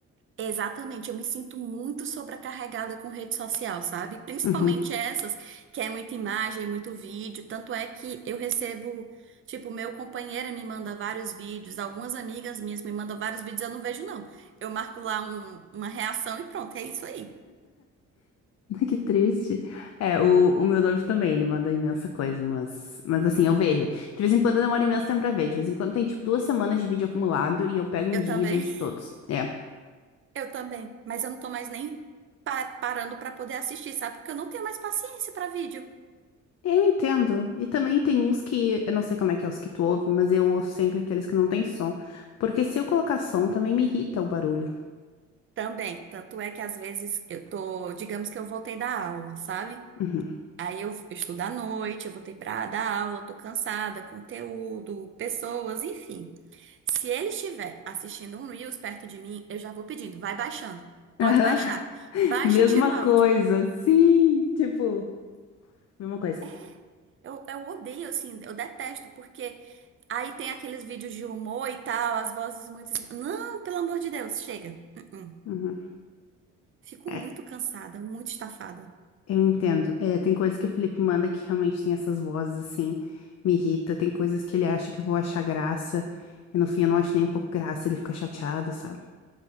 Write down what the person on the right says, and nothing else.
Exatamente, eu me sinto muito sobrecarregada com rede social, sabe? Principalmente
essas que é muita imagem, muito vídeo. Tanto é que eu recebo, tipo, meu companheiro me manda vários vídeos, algumas amigas minhas me mandam vários vídeos, eu não vejo, não. Eu marco lá um- uma reação e pronto, é isso aí.
Eu
também,
<laughs>
eu também. Mas eu não tô mais nem pa- parando pra poder assistir, sabe? Porque eu não tenho mais paciência pra vídeo.
Também, tanto é que às vezes eu tô, digamos que eu voltei da aula, sabe?
Aí eu eu estudo à noite, eu voltei pra dar aula, eu tô cansada, conteúdo, pessoas, enfim. Se ele estiver assistindo um Reels perto de mim, eu já vou pedindo, vai baixando. Pode
baixar. Baixa,
tira o
áudio.
É, Eu, eu odeio, assim, eu detesto, porque aí tem aqueles vídeos de humor e tal, as vozes muito. esg- Não, pelo amor de Deus, chega. Uh-uh.
Fico
muito cansada, muito estafada.